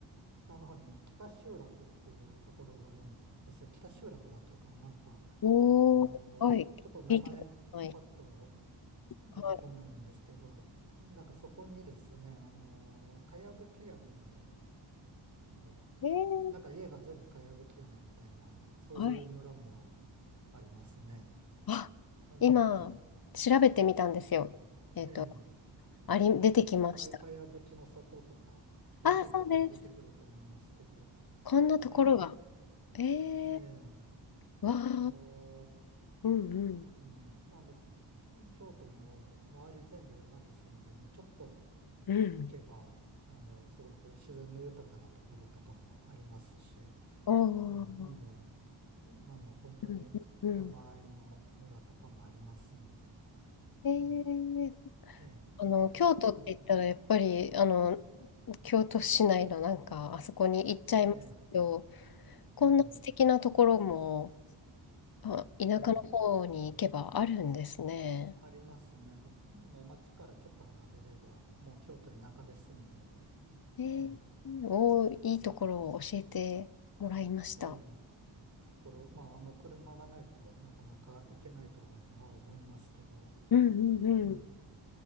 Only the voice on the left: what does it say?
おー、
はい、聞いてください。
は
い、えー、
はい。
あ、
今、調べてみたんですよ。えっと、
あり、出てきました。
ああ、そうです。こんなところが。
え
ー、わあ、
うんうん。
うん
おー、
うんうんえー、
あの、
京都って言ったら、やっぱり、あの、京都市内のなんか、あそこに行っちゃいますけど、
こんな素敵なところも、
あ、田舎の方に行けばあるんですね。
えー、
おー、いいところを教えてもらいました。
うんうんうん。